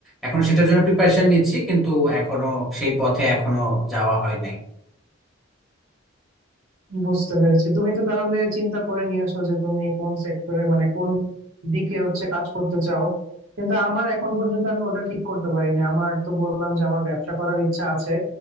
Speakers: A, in the centre; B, on the right.
A: এখন সেটার জন্য প্রিপারেশন নিচ্ছি কিন্তু এখনো সেই পথে এখনো যাওয়া হয় নাই
B: বুঝতে পেরেছি তুমি তো তাহলে চিন্তা করে নিয়েছো যে তুমি কোন সেক্টরে মানে কোন দিকে হচ্ছে কাজ করতে চাও কিন্তু আমার এখন পর্যন্ত আমি ওটা ঠিক করতে পারিনি আমার তো বললাম যে আমার ব্যবসা করার ইচ্ছা আছে